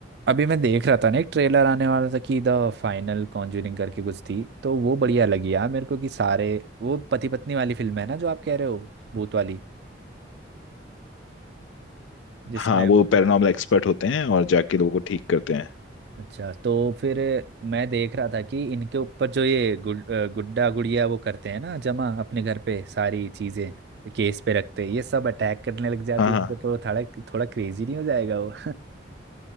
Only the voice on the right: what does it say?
अभी मैं देख रहा था ना एक ट्रेलर आने वाला था कि द फाइनल कॉन्ज्यूरिंग करके कुछ थी तो वो बढ़िया लगी यार मेरे को कि सारे वो पति पत्नी वाली फिल्म है ना जो आप कह रहे हो भूत वाली जिसमें
वो
अच्छा तो फिर मैं देख रहा था कि इनके ऊपर जो ये गुड अ, गुड्डा गुड़िया वो करते हैं ना जमा अपने घर पे सारी चीजें केस पे रखते हैं ये सब अटैक करने लग जाती
है इनके ऊपर वो थोड़ा थोड़ा क्रेजी नहीं हो जाएगा वो